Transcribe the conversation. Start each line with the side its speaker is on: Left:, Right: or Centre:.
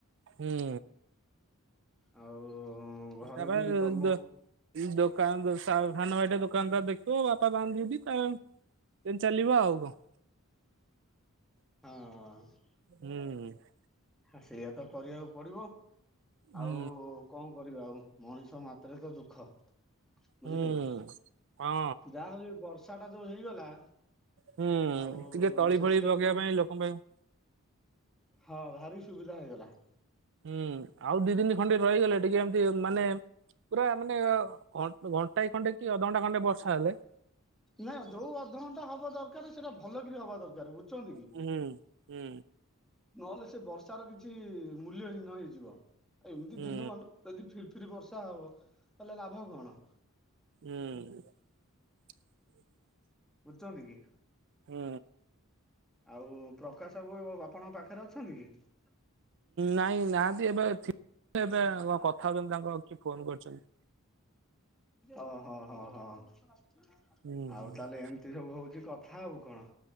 Right: ହୁଁ
Centre: ଆଉ ଘରେ
Right: ତାପରେ
Centre: ବି ତମ
Right: ଦୋକାନ ସାନ ଭାଇଟା ଦୋକାନ ତ ଦେଖିବ ବାପା ବାନ୍ନ୍ତିି ତା ଚାଲିବ ଆଉ କଣ। ହୁଁ
Centre: ହଁ ସେଇଆ ତ କରିବାକୁ ପଡିବ
Right: ହୁଁ
Centre: ଆଉ କଣ କରିବା ଆଉ ମଣିଷ ମା ତ୍ରେକ ଦୁଃଖ
Right: ହୁଁ।
Centre: ବୁଝିଲେ କି
Right: ହଁ
Centre: ଯାହା ହଉଛି ବର୍ଷ ବର୍ଷାଟା ଯୋଉ ହେଇଗଲା।
Right: ହୁଁ
Centre: ଆଉ
Right: ଟିକେ ତଳି
Centre: ସେଥିଲାଗି
Right: ଫଳି ପକେଇବା
Centre: ଟିକେ
Right: ପାଇଁ ଲୋକଙ୍କ ପାଇଁ
Centre: ହଁ ଭାରି ସୁବିଧା ହୋଇଗଲା।
Right: ହୁଁ ଆଉ ଦି ଦିନି ଖଣ୍ଡେ ରହିଗଲେ ଟିକେ ଏମିତି ମାନେ ପୁରା ମାନେ ଘ ଘଣ୍ଟାଏ ଖଣ୍ଡେ କି ଅଧଘଣ୍ଟା ଖଣ୍ଡେ ବର୍ଷା ହେଲେ
Centre: ନାଇଁ ଯୋଉ ଅଧଘଣ୍ଟା ହବା ଦରକାର ସେଇଟା ଭଲକରି ହବା ଦରକାର ବୁଝ ଅଚନ୍ତି କି।
Right: ହୁଁ ହୁଁ
Centre: ନହେଲେ ସେ ବର୍ଷାର କିଛି ମୂଲ୍ୟ ହୀନ ହେଇଯିବ। ଏମିତି
Right: ହୁଁ
Centre: ଦିନମାନ ଯଦି ର୍ ଫିରି ବର୍ଷା ହବ ତାହଲେ ଲାଭ କଣ?
Right: ହୁଁ।
Centre: ବୁଝଚନ୍ତି କି?
Right: ହୁଁ।
Centre: ଆଉ ପ୍ରକାଶ ବାବୁ ଆପଣଙ୍କ ପାଖରେ ଅଛନ୍ତି କି?
Right: ନାଇଁ ନାହାନ୍ତି। ଏବେ ଥି କଣ କଥା ହଉଚନ୍ତି ତାଙ୍କ କିଏ ଫୋନ କରିଚନ୍ତି।
Centre: ଓହୋ ହ ହ ହ ହଉ
Right: ହୁଁ ହୁଁ
Centre: ତାହାଲେ ଏମ୍ ତି ସବୁ ହଉଚି କଥା ଆଉ କଣ